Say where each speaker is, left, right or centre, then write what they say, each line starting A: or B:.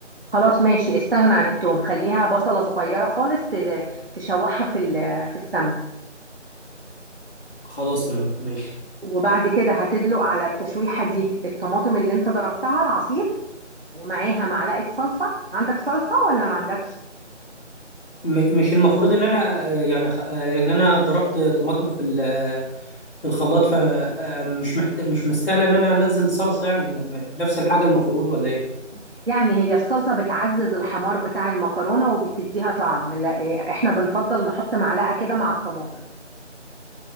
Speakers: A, on the right; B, on the left.
A: خلاص ماشي استغنى عن الثوم خليها بصله صغيره خالص ت- تشوحها في ال- في السمنه
B: خلاص تمام ماشي
A: وبعد كده هتدلق على التشويحه دي الطماطم اللي انت ضربتها العصير ومعاها معلقة صلصة عندك صلصة ولا ما عندكش
B: م... مش المفروض ان انا آه، يعني خ... آه، ان انا ضربت طماطم في ال... آه، في الخلاط فمش محت... مش مستاهله ان انا انزل صلصه يعني نفس الحاجه المفروض ولا ايه
A: يعني هي الصلصة بتعزز الحمار بتاع المكرونة وبتديها طعم لا إيه، احنا بنفضل نحط معلقة كده مع الطماطم